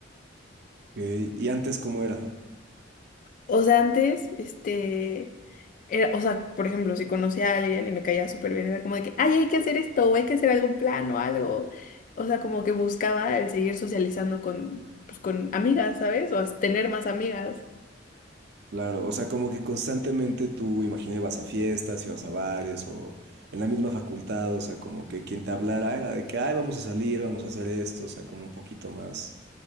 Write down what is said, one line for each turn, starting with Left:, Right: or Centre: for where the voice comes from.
Right: ¿Y antes cómo era?
Left: O sea, antes, este, era- o sea, por ejemplo, si conocía a alguien y me caía súper bien, era como de que, ay, hay que hacer esto, o hay que hacer algún plan o algo. O sea, como que buscaba el seguir socializando con, pues, con amigas, ¿sabes? O as- tener más amigas.
Right: Claro, o sea, como que constantemente tú, imaginé, vas a fiestas y vas a bares o en la misma facultad, o sea, como que quien te hablara era de que, ay, vamos a salir, vamos a hacer esto, o sea, como un poquito más,